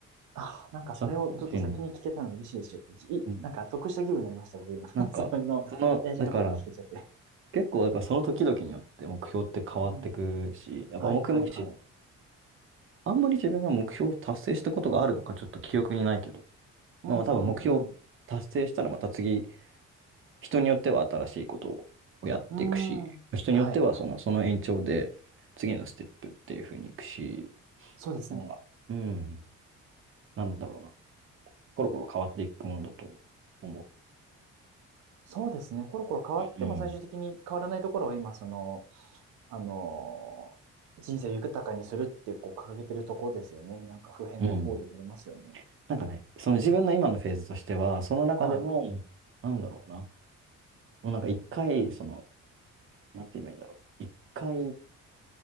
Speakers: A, on the right (about 80°); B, on the right (about 45°).
A: あ、なんかそれをちょっと先に聞けたの嬉しいです。
B: 社交人の、
A: よい、
B: うん
A: なんか得した気分になりました、僕今。
B: なんか、
A: <laughs> それの大事なことを聞けちゃって。
B: その、だから、結構、だからその時々によって目標って変わってくし、
A: うん。
B: やっぱ目標もし、
A: はいはいはい。
B: あんまり自分が目標を達成したことがあるのか、ちょっと記憶にないけど、
A: うんうんう
B: まあ多分目標を達成したらまた次、人によっては新しいことをやっていくし、
A: ん。うーん。
B: 人によってはその、
A: はい。
B: その延長で次のステップっていう風にいくし、
A: そうですね。
B: なんか、うん、なんだろうな、コロコロ変わっていくものだと思
A: そうですね。コロコロ変わっても最終的に変わらないところが今、
B: う。うん。
A: その、あの、人生を豊かにするってこう掲げてるところですよね。なんか普遍のゴールになりますよね。
B: うん。なんかね、その自分の今のフェーズとしては、その中でも、
A: は
B: なんだろうな、もうなんか一回、その、なんて言えばいいんだろう、一回、